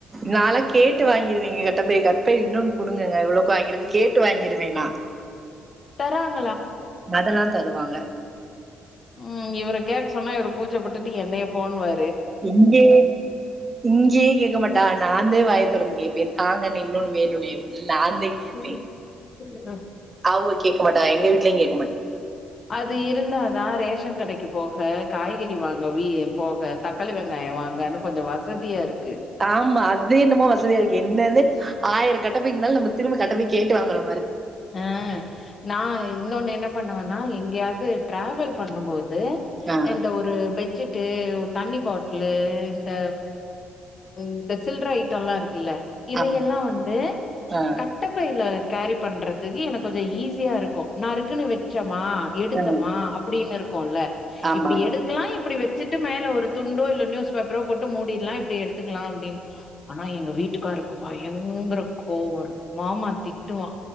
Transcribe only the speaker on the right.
நாலா‌ கேட்டு வாங்கிருவேங்க கட்டப்பை கட்பை இன்னொன் குடுங்கங்க இவ்ளோக்கு வாங்கிருக்கு கேட்டு வாங்கிருவே நா
அதெல்லா தருவாங்க
இங்கேயே இங்கேயே கேக்க மாட்டாக நாந்தே வாய தொறந்து கேப்பே தாங்கல்லே இன்னொன்னு வேணுமே நாந்தா கேப்பே
அவுக கேக் மாட்டா எங்க வீட்லயு
ஆமா அது என்னமோ வச திக்கு என்ன ஆயிர கட்டப் பைய் இருந்தாலு நம்ம திரும்ப கட்ட பைய் கேட்டு வாங்குறோ
ஆ
ஆமா
ஆ
ஆ
ஆமா